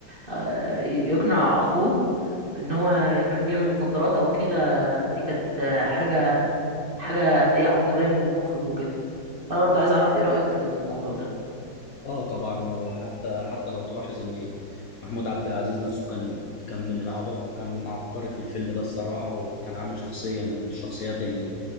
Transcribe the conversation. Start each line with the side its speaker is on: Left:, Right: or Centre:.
Right: آه، يقنع اخوه ان هو يب- يعمل مخدرات او كده دي كانت آه، حاجة حاجة قد ايه عبقرية من المخرج وكده فانا برضه عايز اعرف ايه رأيك في الموضوع ده
Left: اه طبعا وحتى حتى لو تلاحظ ان محمود عبد العزيز نفسه كان كان من العباقرة كان عبقري في الفيلم ده الصراحة وكان عامل شخصية من الشخصيات ال-